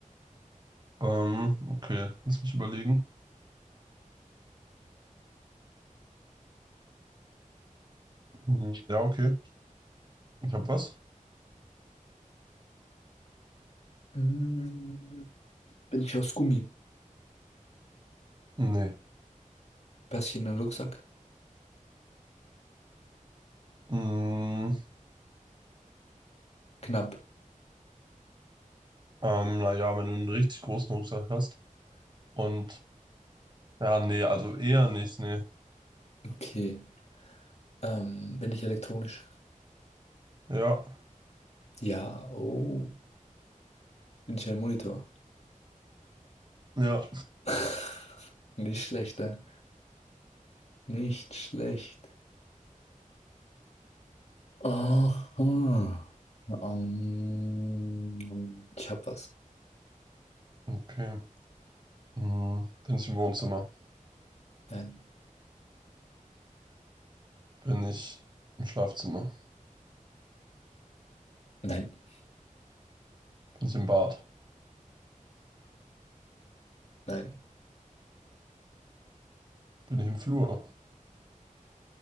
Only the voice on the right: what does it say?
Ähm, okay. Lass mich überlegen. Hm, Ja, okay. Ich habe was.
Nee.
Mm,
ähm, naja, wenn du einen richtig großen Rucksack hast. Und ja, nee, also eher nicht, nee.
Ja,
ja.
Okay. Mm, bin ich im Wohnzimmer?
Bin ich im Schlafzimmer?
Bin ich im Bad?
Bin ich im Flur?